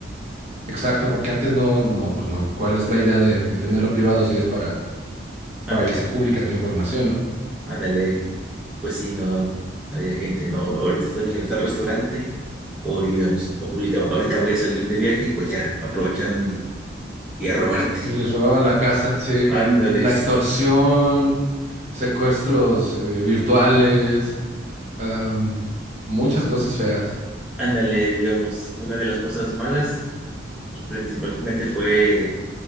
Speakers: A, on the right (about 35°); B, in the centre.
A: Exacto, porque antes no, no, pues no. ¿Cuál es la idea de, de tenerlo privado si es para, para
B: Ándale,
A: que sea pública tu información, ¿no?
B: ándale. Pues sí, no, había gente, no, ahorita estoy en el tal restaurante, o digamos, o publicaban, ahorita voy a salir de viaje y pues ya, aprovechaban y, y a robarte.
A: Y les robaban la casa, sí.
B: Ándales,
A: La extorsión, secuestros eh, virtuales, am, muchas cosas feas.
B: ándale, digamos, una de las cosas malas, pues, principalmente fue